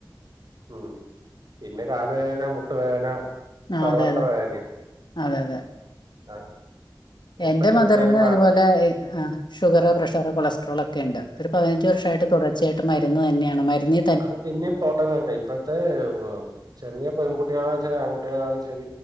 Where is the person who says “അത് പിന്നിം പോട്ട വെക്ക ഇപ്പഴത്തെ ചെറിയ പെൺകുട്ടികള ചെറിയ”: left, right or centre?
Right